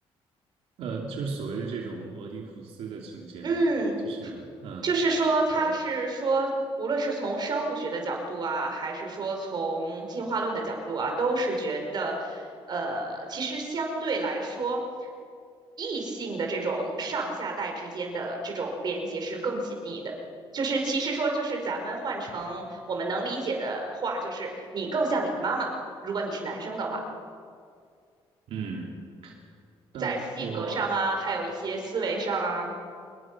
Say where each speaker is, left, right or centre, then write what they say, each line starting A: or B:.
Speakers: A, on the right; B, on the right.
A: 呃，就是所谓的这种俄狄浦斯的情节嘛，
B: 嗯，
A: 就是嗯、
B: 就是说，
A: 呃
B: 他是说，
A: 对。
B: 无论是从生物学的角度啊，还是说从进化论的角度啊，都是觉得，呃，其实相对来说，异性的这种上下代之间的这种连接是更紧密的。就是其实说，就是咱们换成我们能理解的话，就是你更像你的妈妈，如果你是男生的话，
A: 嗯，呃，
B: 在性格上啊，
A: 我
B: 还有一些思维上啊，